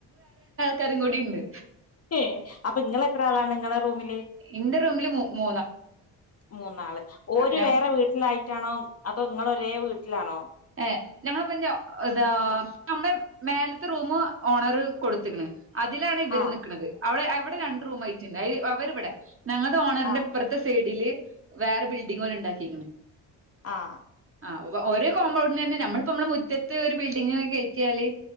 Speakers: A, on the right; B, on the left.
A: കറങ്കൊടിണ്ട്
B: ഏഹ് അപ്പൊ ഇങ്ങളെത്രളാണ് നിങ്ങളെ റൂമില്
A: ഇന്റെ റൂമില് മു മു
B: മൂന്നാള് ഓര്
A: ഞങ്ങ
B: വേറെ വീട്ടിലായി ട്ടാണോ അതോ ഇങ്ങള് ഒരേ വീട്ടിലാണോ
A: ഏഹ് ഞങ്ങളപ്പന്ന ഇതാ നമ്മെ മേലത്തെ റൂമ് ഓണറ് കൊടുത്ത്ക്ക്ണ് അതിലാണ് ഇവര്
B: ആഹ്
A: നൽക്ക്ണത് അവിടെ അവിടെ രണ്ട് റൂം ആയിട്ടുണ്ട് അവരി ഇവിടെ ഞങ്ങളുടെ ഓണറിന്റെ
B: ആഹ്
A: ഇപ്പറത്ത് ത്തെ സൈഡില് വേറെ ബിൽഡിങ് പോലെ ഉണ്ടാക്കിരിക്കണ്
B: ആഹ്
A: ആഹ് ഓരോ കോമ്പൗണ്ടിന് തന്നെ നമ്മളിപ്പോ നമ്മളെ മുറ്റത്ത് ഒരു ബിൽഡിങ്ങ് കയറ്റിയാല്